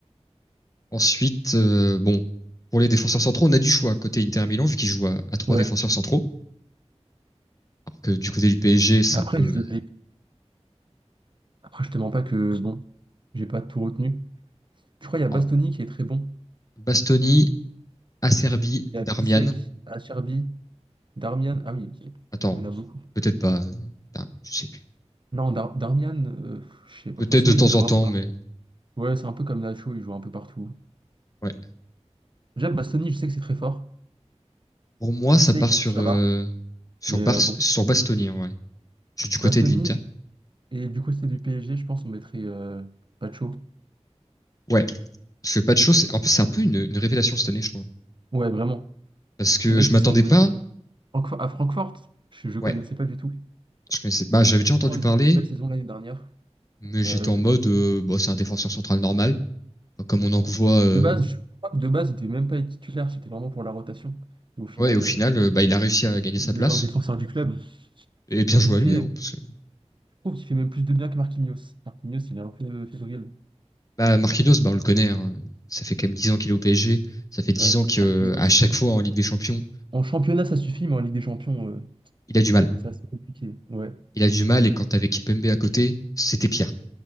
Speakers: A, on the left; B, on the right.
A: Ensuite, euh, bon, pour les défenseurs centraux, on a du choix côté Inter Milan, vu qu'ils jouent à, à trois
B: Ouais.
A: défenseurs centraux. Alors que du côté du PSG, c'est
B: Après,
A: un peu
B: je... Après, je te mens pas que, bon, j'ai pas tout retenu. Je crois qu'il y a Bastoni
A: alors,
B: qui est très bon.
A: Bastoni, Acerbi,
B: Il y
A: Darmian.
B: a Bissek, Acerbi, Darmian. Ah oui, ok.
A: Attends,
B: Il y en a beaucoup.
A: peut-être pas. euh, Darmian, je sais plus.
B: Non, Dar- Darmian, euh, je sais pas.
A: Peut-être
B: Enfin, ce
A: de
B: mec,
A: temps
B: il joue
A: en temps,
B: un peu partout.
A: mais
B: Ouais, c'est un peu comme Nacho, il joue un peu partout.
A: ouais.
B: Déjà, Bastoni, je sais que c'est très fort.
A: Pour moi,
B: Bissek,
A: ça part sur
B: ça
A: euh,
B: va.
A: sur
B: Mais
A: Bar
B: euh, bon,
A: sur Bastoni, en vrai. Du du
B: Bastoni,
A: côté de l'Inter.
B: et du côté du PSG, je pense on mettrait euh, Pacho.
A: Ouais, parce que pas de c'est en plus c'est un peu une, une révélation cette année, je crois.
B: Ouais, vraiment.
A: Parce
B: Ce
A: que
B: mec,
A: je
B: il
A: m'attendais
B: sort de
A: pas.
B: Francfo- à Francfort. Je ne
A: Ouais,
B: connaissais pas du tout.
A: je connaissais. Bah, j'avais déjà
B: Pourtant,
A: entendu
B: ils
A: parler,
B: ont fait une belle saison l'année dernière.
A: Mais
B: Donc,
A: j'étais
B: euh,
A: en mode,
B: voilà.
A: euh, bah, c'est un défenseur central normal, Enfin, comme on en voit. euh,
B: De base, je crois que de base, il devait même pas être titulaire. C'était vraiment pour la rotation. Et au final.
A: Ouais, et au final,
B: euh,
A: euh, bah, il a réussi à gagner sa
B: meilleur
A: place.
B: défenseur du club.
A: Et bien joué
B: Il
A: à
B: fait,
A: lui, hein,
B: je
A: parce que
B: trouve qu'il fait même plus de bien que Marquinhos. Marquinhos, il est un peu fébrile.
A: bah, Marquinhos, bah, on le connaît. hein. Ça fait quand même 10 ans qu'il est au PSG. Ça fait dix
B: Ouais,
A: ans que
B: Marquinhos.
A: euh, à chaque fois en Ligue des Champions,
B: En championnat, ça suffit, mais en Ligue des Champions, euh,
A: il a du mal.
B: c'est assez compliqué. Ouais,
A: Il a du mal, et quand t'avais Kimpembe à côté, c'était pire.